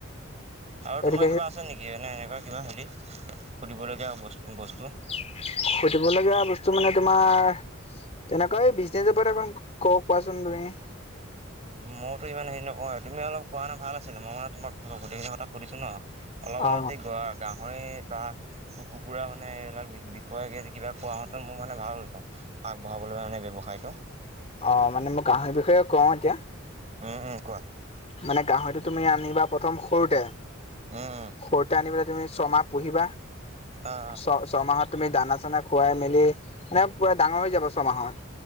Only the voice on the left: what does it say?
এইটো
<inaudible> সুধিব লগীয়া বস্তু মানে তোমাৰ তেনেকুৱা বিজনেচ ওপৰত মোক ক' কোৱাচোন তুমি। <inaudible>
অ
অ মানে মই গাহৰিৰ বিষয়ে কওঁ এতিয়া
মানে গাহৰিটো তুমি আনিবা প্ৰথম সৰুতে,
সৰুতে আনি পেলাই তুমি ছমাহ পুহিবা
ছ ছমাহত তুমি দানা চানা খুৱাই মেলি মানে পুৰা ডাঙৰ হৈ যাব ছমাহত